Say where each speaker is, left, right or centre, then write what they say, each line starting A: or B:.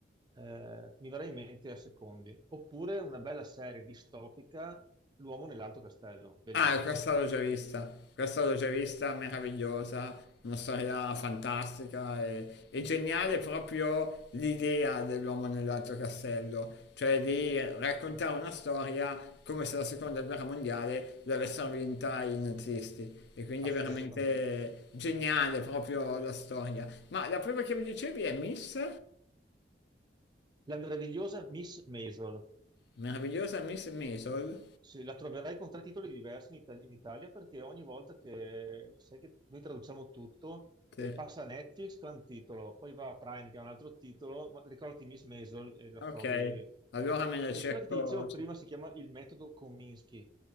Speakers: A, on the right; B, on the left.
A: Eh, mi verrà in mente a secondi. Oppure una bella serie distopica, L'uomo nell'alto castello, bellissima,
B: Ah, questa l'ho già vista, questa l'ho già vista, meravigliosa, una storia fantastica e, e geniale proprio l'idea dell'uomo nell'altro castello, cioè di raccontare una storia come se la seconda guerra mondiale l'avessero vinta i nazisti. E quindi
A: pazzesco.
B: è veramente geniale proprio la storia. Ma la prima che mi dicevi è Miss?
A: La meravigliosa Miss Maisel.
B: Meravigliosa Miss Maisel?
A: Sì, la troverai con tre titoli diversi in, Ita- in Italia perché ogni volta che sai che noi traduciamo tutto,
B: Sì.
A: eh, passa a Netflix che ha un titolo, poi va a Prime che ha un altro titolo, ma ricordati Miss Maisel e la
B: Ok,
A: trovi.
B: allora me la
A: E
B: cerco.
A: quella che ti dicevo prima si chiama Il metodo Kominsky,